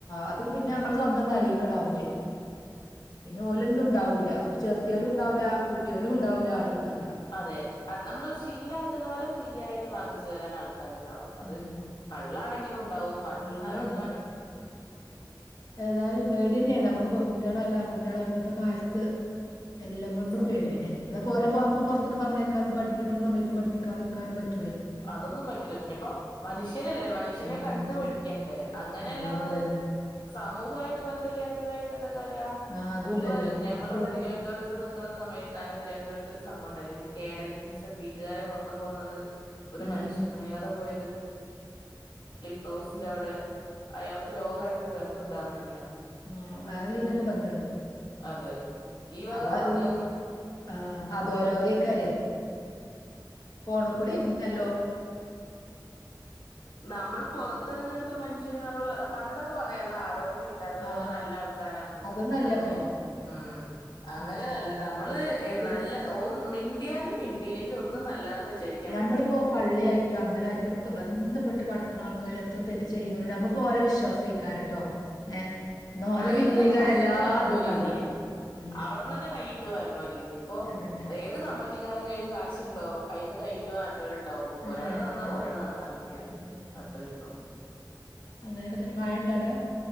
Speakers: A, on the left (about 55°); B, on the left (about 80°).
A: അത പിന്നെ നമ്മള സ്വന്തം തലിക്കട ആാവും ചെയ്യും പിന്നെ ഓലൊന്നും ഉണ്ടാവൂല്ല ചെർത്തിയോലും ഉണ്ടാവില്ല കൂട്ടിയോലും ഉണ്ടാവില്ല ആരും ഉണ്ടാവില്ല
B: അതെ നമ്മള് ശീലാക്കുന്നവരെ ഫ്രീ ആയിട്ട് വാങ്ങിച്ചു തരാൻ ആൾക്ക രുണ്ടാവും അത്
A: ഉം
B: കള്ളാണെങ്കിലും ഉണ്ടാവും മറ്റു
A: എല്ലാം
B: സാധനങ്ങളാണെങ്കിലും
A: ഉണ്ടാവും ഏതാലും പേടി തന്നെയാണ് നമുക്ക് പെൺകുട്ടികളായാലും ആൺുട്ടികളായാലും ഇപ്പോഴത്തെ കാലത്ത് എല്ലാം കൊണ്ടും
B: സത്യം
A: പേടി തന്നെയാണ് അതിപ്പോ ഓലെപ്പോ നമുക്ക് പുറത്ത്ക്ക് പറഞ്ഞു അയക്കാതും പഠിപ്പിക്കുന്ന സമയത്ത് പഠപ്പിക്കാതെക്കാനും പറ്റും
B: അതൊന്നും പറ്റില്ല പിന്നെ ഇപ്പോ മനുഷ്യനല്ലേ മനുഷ്യനെ
A: ആ
B: കണ്ട്
A: അതന്നെ
B: പഠിക്കണ്ടേ അങ്ങനല്ലാത്ത
A: ആ അതന്നെ
B: സമൂഹമായിട്ട് ബന്ധമില്ലാത്തവരായിട്ട് എന്താ കാര്യ
A: ആ അതുല്ലല്ലോ
B: മുമ്പ് ഞങ്ങളൊക്കെ
A: നമ്മ പേടി
B: തിരുവനന്തപുരത്ത് നി നിക്ണ സമയത്താണ്, തിരുവനന്തപുരത്ത ഒരു സംഭവം ഉണ്ടല്ലേ ഒരു കേഡൽ ജിൻസൺ വീട്ടുകാരെ മൊത്തം കൊന്നത്. ഒരു
A: ഉം.
B: മനുഷ്യൻ അറിയാതെ പോയത് ക്ലിഫ് ഹൗസിന്റെ അവിടെ അയാൾക്ക് ലോകായിട്ടൊരു ബന്ധം ഉണ്ടായിരുന്നില്ലന്ന്.
A: ഉം വേറലീനൊക്കെ ബന്ധണ്ട്
B: അതെ ഈ വക
A: അപ്പൊ
B: സാധനങ്ങൾ
A: എല്ലത്തി ആ, അതോലോകക്കാരേ പോൺ കൂടെ <unintelligible>
B: നമ്മള് പുറത്തിറങ്ങാത്ത മനുഷ്യന് നമ്മള് പണ്ടൊക്കെ, പറഞ്ഞിന ആരോടും മിണ്ടാത്തവരൊക്കെ
A: ആ
B: നല്ല ആൾക്കാരാണ്
A: അതൊന്നല്ല
B: അങ്ങനെ
A: ഇപ്പൊ.
B: ഉം അങ്ങനെ
A: ഉം
B: നല്ല നമ്മള്
A: പിന്നെ
B: നല്ല ഓ മിണ്ടിയാലും മിണ്ടിയില്ലെങ്കിൽ ഒന്നും, നല്ലാ എന്ന് വിചാരിക്കാൻ പറ്റി
A: നമ്മളിപ്പോൾ, പള്ളിയായിട്ടോ അമ്പലമായിട്ടോ ഒക്കെ ബന്ധപ്പെട്ട് കിടക്കുന്ന ആൾകാര് എത്ര തെറ്റ് ചെയ്യുണോലും നമുക്ക്. ഓകൊ വിശ്വാസം ഇക്കാരട്ടോ ഏ ന്നാ ഓലെ
B: ഐമന്ന്
A: പിന്നിലേക്കാരം
B: കൈയിട്ട്
A: എല്ലാതുണ്ടാക.
B: വാര്ണവരില്ലെ
A: ഉം
B: അവിടുന്നന്നെ കൈയിട്ട് ട്ട് വാരണവരില്ലേ ഇപ്പോ
A: അതന്നെ
B: ഏത് കമ്മറ്റിക്കാര കൈയ്യിലും കാശുണ്ടോ അതിന്ന് കൈയിട്ട് വാരണവരുണ്ട് ണ്ടാവും ഒരാള്
A: ഏ
B: നന്നാവും
A: അതന്നെ
B: ഒരാള് നന്നാവില്ല
A: ഉം
B: അത്ര ഉള്ളു
A: അങ്ങനെയൊക്കെ തന്നെ മഴ ഉണ്ടാ അവടെ